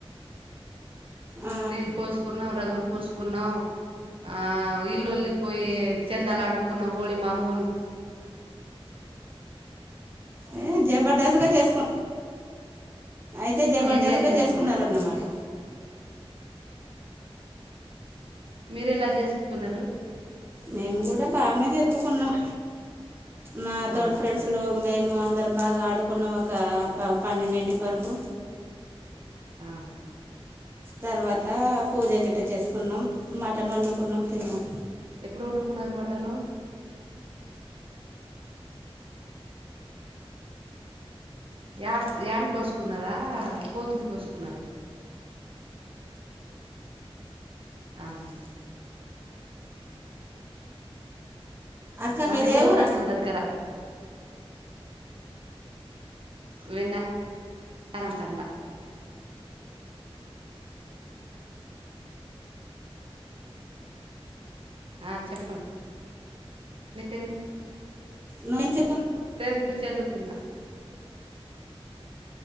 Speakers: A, on the right; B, on the right.
A: ఆ
B: నీళ్ళు పోసుకున్నాం రంగులు పూసుకున్నాం ఆ ఇల్లుొళ్లిిపోయ చందాల ఆడుకున్న హోళి మామూలు
A: ఏ జబర్దస్త్గా చేసుకు అయితే జబర్దస్త్గా
B: ఎంజాయ్ చేసుకున్నాం
A: చేసుకున్నారన్నమాట
B: మీరు ఎలా చేసుకున్నారు
A: మేము కూడా బాగానే జరుపుకున్నాం మా
B: ఆ
A: తోటి ఫ్రెండ్స్ లో మేము మేము అందరం బాగా ఆడుకున్నాం ఒక పన్నెండింటికి వరకు
B: ఆ
A: తర్వాత పూజ గట్ట చేసుకున్నాం మటన్ వండుకున్నాం తిన్నాం
B: ఎప్పుడు వండుకున్నారు మాటను యా యాని కోసుకున్నారా పోతుని కోసుకున్నారా ఆహా
A: అక్క
B: మద
A: మీదే
B: డోర్
A: ఊరు
B: నకల్
A: అక్క
B: దగ్గర వెన్నరంతండ ఆ చెప్పండి నతే
A: న చెకుం
B: టెంతతు చదువుకున్న